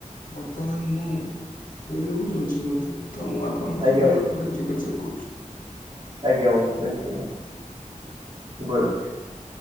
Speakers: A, on the left (about 80°); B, on the right (about 40°).
A: ବର୍ତ୍ତମାନ ମୁଁ ଶୋଇବାକୁ ଯାଉଚି ବନ୍ଧୁ। ତ ମୁଁ ଆପଣଙ୍କ
B: ଆଜ୍ଞା
A: ସହିତ
B: ବନ୍ଧୁ
A: ଟିକେ ପରେ ଯୋଗାଯୋଗ କରୁଚି।
B: ଆଜ୍ଞା ବନ୍ଧୁ ନିଶ୍ଚିନ୍ତ। ଶୁଭ ରାତ୍ରୀ।